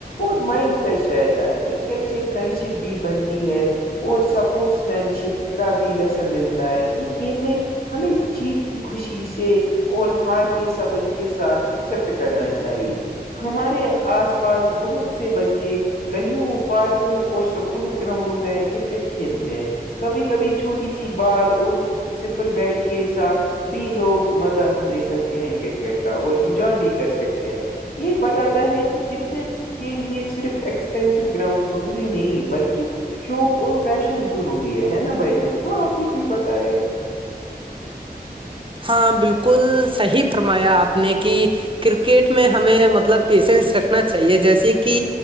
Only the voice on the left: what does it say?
اور مائنڈ فریش رہتا ہے کرکٹ سے فرینڈ شپ بھی بنتی ہے اور سپورٹس مین شپ کا بھی لیسن ملتا ہے اس گیم میں ہمیں جیت کی خوشی سے اور ہار کے صبر کے ساتھ ایکسپٹ کرنا چاہیے ہمارے آس پاس بہت سے بچیں گلیوں پارکوں اور سکولوں گراؤنڈوں میں کرکٹ کھیلتے ہیں کبھی کبھی چھوٹی سی بال اور سمپل بیٹ کے ساتھ بھی لوگ مزہ لے سکتے ہیں کرکٹ کا اور انجوائے بھی کر سکتے ہیں یہ بتاتا ہے کہ کرکٹ کے لیے صرف ایکسپینسو گراؤنڈ ضروری نہیں بلکہ شوق اور پیشن ضروری ہے ہے نا بھائی جان تو آپ بھی کچھ بتائے